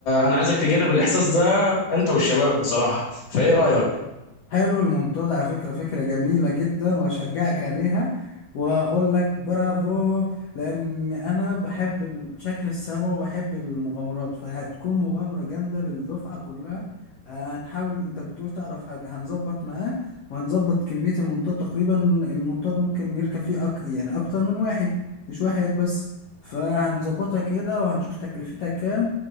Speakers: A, on the left; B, on the left.
A: انا عايزك تجرب الاحساس ده انت والشباب بصراحه فايه رايك
B: حلو الموضوع ده على فكرة فكرة جميلة جدا وأشجعك عليها وأقول لك برافو لأن أنا بحب ال- شكل السما وبحب المغامرات فهتكون مغامرة جامدة للدفعة كلها آه، هنحاول أنت بتقول تعرف هد- هنظبط معاه وهنظبط كمية المنطاد تقريبا المنطاد ممكن يركب فيه أك... يعني أكتر من واحد مش واحد بس فهنظبطها كده وهنشوف تكلفتها كام